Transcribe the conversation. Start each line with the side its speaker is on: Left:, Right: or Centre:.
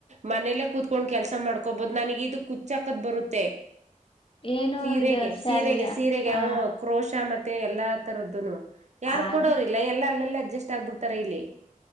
Right: ಮನೇಲ್ಲೇ ಕುತ್ಕೊಂಡ್ ಕೆಲ್ಸ ಮಾಡ್ಕೊಬೊದು ನನ್ಗೆ ಇಡು ಕುಚ್ಚಾಕದ್ ಬರುತ್ತೆ.
Left: ಏನು
Right: ಸೀರೆಗೆ
Left: ಇದು ಸ್ಯಾರಿಗೆ
Right: ಸೀರೆಗೆ ಸೀರೆಗೆ
Left: ಆ
Right: ಹ್ಮ್ ಕ್ರೋಶ ಮತ್ ಮತ್ತೆ ಎಲ್ಲಾ ತರದ್ದುನು. ಯಾರು
Left: ಅದು
Right: ಕೂಡವ್ರ್ ಇಲ್ಲ ಎಲ್ಲಾ ಅಲ್ಲೆಲ್ ಇಲ್ ಅಡ್ಜಸ್ಟ್ ಆಗ್ಬಿಡ್ತಾರ ಇಲ್ಲಿ.